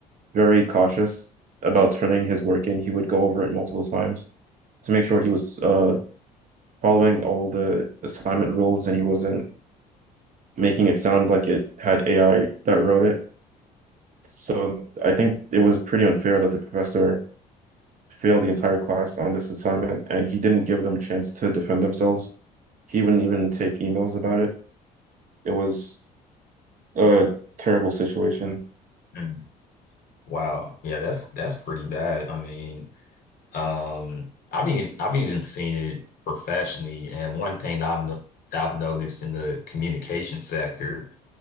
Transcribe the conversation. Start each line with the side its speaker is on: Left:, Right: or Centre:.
Right: very cautious about turning his work in. He would go over it multiple times to make sure he was uh following all the assignment rules and he wasn't making it sound like it had AI that wrote it. So I think it was pretty unfair that the professor failed the entire class on this assignment and he didn't give them a chance to defend themselves. He wouldn't even take emails about it. It was a terrible situation.
Left: Mm. Wow. Yeah, that's that's pretty bad. I mean, um, I've even I've even seen it professionally, and one thing that I've no- that I've noticed in the communication sector